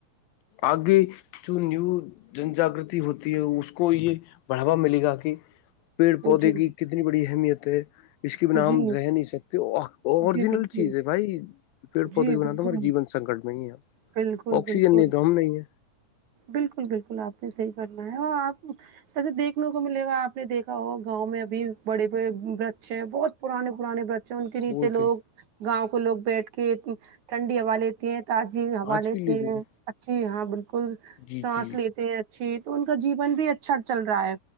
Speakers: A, on the left; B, on the right.
A: آگے جو نیو جن جاگگرتی ہوتی ہے اس کو کو یہ بڑھاوا ملے گا کہ پیڑ پودے
B: جی
A: کی کتنی بڑی اہمیت ہے اس کی بھی ن
B: جی
A: ہم رہ نہیں سکتے اوریجنل
B: جی بالکل
A: چیز ہے بھائی پیڑ
B: جی
A: پودے کے بناان
B: بالکل
A: تو ہمارے جیون سنکٹ میں ہی ہے
B: بالکل
A: آکسیجن
B: بالکل
A: نہیں تو ہم نہیں ہے
B: بالکل بالکل آپ نے صحیح کرنا ہے اور آپ ایسے دیکھنے کو ملے گا آپ نے دیکھا ہو گاؤں میں ابھی بڑے بڑے ورچ ہے بہت پرانے پرانےکچ ان کے نیچے
A: وہ
B: لوگ
A: تھے
B: گاؤں کو لوگ بیٹھ کے ٹھنڈی ہوا لیتی ہیں تازی ہوا
A: آج
B: لیتے
A: بھی لے لیے
B: ہیں اچھی ہاں بالکل
A: جی
B: سانس
A: جی
B: لیتے ہیں جی تو ان کا جیون بھی اچھا چل رہا ہے